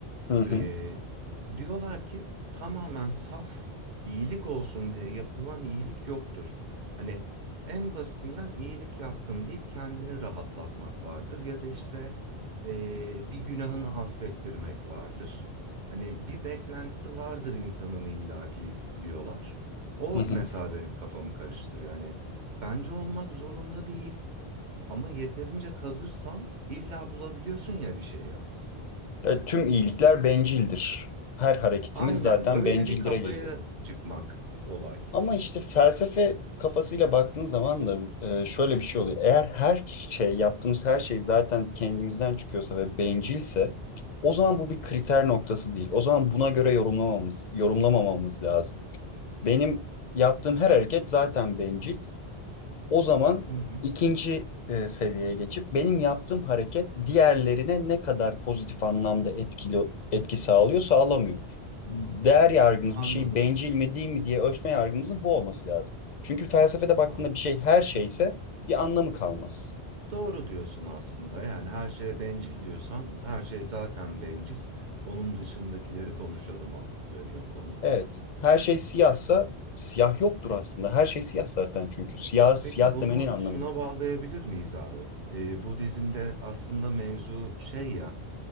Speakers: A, on the left (about 50°); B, on the right (about 45°).
A: Hı hı.
B: Ee, diyorlar ki tamamen saf iyilik olsun diye yapılan iyilik yoktur. Hani en basitinden iyilik yaptım deyip kendini rahatlatmak vardır ya da işte ee, bir günahını affettirmek vardır. Hani bir beklentisi vardır insanın illaki diyorlar. O
A: Hı hı.
B: mesela benim kafamı karıştırıyor. Yani bence olmak zorunda değil ama yeterince kazırsan illa bulabiliyorsun ya bir şey ya.
A: E, tüm iyilikler bencildir. Her hareketimiz
B: Aynen
A: zaten
B: öyle
A: bencildire
B: bir kafaya
A: geliyor.
B: çıkmak olay.
A: Ama işte felsefe kafasıyla baktığın zaman da e, şöyle bir şey oluyor. Eğer her şey, yaptığımız her şey zaten kendimizden çıkıyorsa ve bencilse o zaman bu bir kriter noktası değil. O zaman buna göre yorumlamamamız, yorumlamamamız lazım. Benim yaptığım her hareket zaten bencil. O zaman
B: Hı hı.
A: ikinci e, seviyeye geçip benim yaptığım hareket diğerlerine ne kadar pozitif anlamda etkili etki sağlıyor, sağlamıyor. Değer yargımız
B: Anladım,
A: bir şeyi bencil mi değil mi diye ölçme yargımızın bu olması lazım. Çünkü felsefede baktığında
B: anladım.
A: bir şey her şeyse bir anlamı kalmaz.
B: Doğru diyorsun aslında. Yani her şeye bencil diyorsan her şey zaten bencil. Onun dışındakileri konuşalıma dönüyor konu.
A: Evet, her şey siyahsa siyah yoktur aslında. Her şey siyah zaten çünkü. Siyah siyah
B: Peki bunu
A: demenin anlamı
B: şuna
A: yok.
B: bağlayabilir miyiz abi? Ee, Budizm'de aslında mevzu şey ya